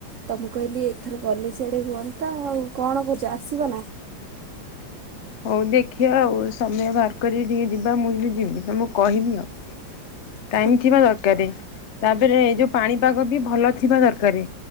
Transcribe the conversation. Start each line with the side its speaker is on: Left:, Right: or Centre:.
Right: ତ ମୁଁ କହିଲି ଏଥର ଗଲେ ସିଆଡ଼େ ହୁଅନ୍ତା। ଆଉ କଣ କହୁଛ ଆସିବ ନା?
Left: ହଉ ଦେଖିବା ଆଉ ସମୟ ବାହାର କରି ଟିକେ ଯିବା ମୁଇଁ <unintelligible> ଯିବି ତମକୁ କହିବି ଆଉ।
Right: <inaudible>
Left: ଟାଇମ୍ ଥିବା ଦରକାରେ ତାପରେ ଏଇ ଯୋଉ ପାଣିପାଗ ବି ଭଲ ଥିବା ଦରକାରେ।